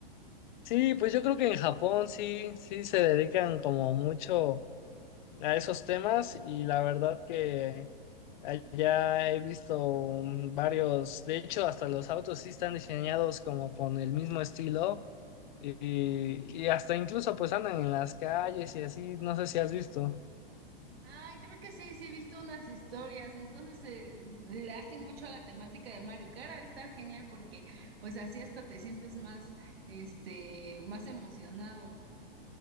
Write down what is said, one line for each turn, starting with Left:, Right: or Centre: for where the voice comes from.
Left: Sí, pues yo creo que en Japón sí, sí se dedican como mucho. a esos temas y la verdad que allá he visto mm, varios, de hecho hasta los autos sí están diseñados como con el mismo estilo y, y hasta incluso pues andan en las calles y así, no sé si has visto.
Right: Ay, creo que sí, sí he visto unas historias. Entonces eh, le hacen mucho a la temática de Mario Kart. Ha de estar genial porque pues así hasta te sientes más, este, más emocionado.